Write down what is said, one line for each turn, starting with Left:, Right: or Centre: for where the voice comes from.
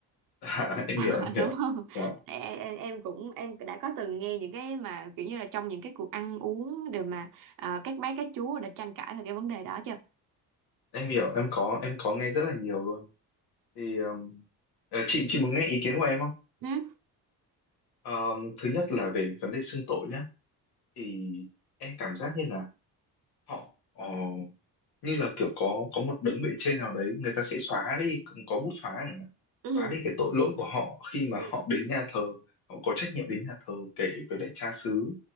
Left: <laughs> dạ, em
Right: <laughs>
Left: hiểu em hiểu
Right: đúng không
Left: dạ
Right: em, em cũng em đã có từng nghe những cái mà kiểu như là trong những cái cuộc ăn uống đều mà ờ, các bác các chú đã tranh cãi về cái vấn đề đó chưa
Left: em hiểu em có em có nghe rất là nhiều luôn thì um, ờ, chị chị muốn nghe ý kiến của em không
Right: ừ.
Left: Ờm, thứ nhất là về vấn đề xưng tội nhá thì em cảm giác như là họ ờ, như là kiểu có có một đấng bề trên nào đấy người ta sẽ xóa đi có bút xóa chẳng hạn.
Right: Ừ.
Left: xóa đi cái tội lỗi của họ khi mà
Right: Ừ.
Left: họ đến nhà thờ họ có trách nhiệm đến nhà thờ kể với lại cha xứ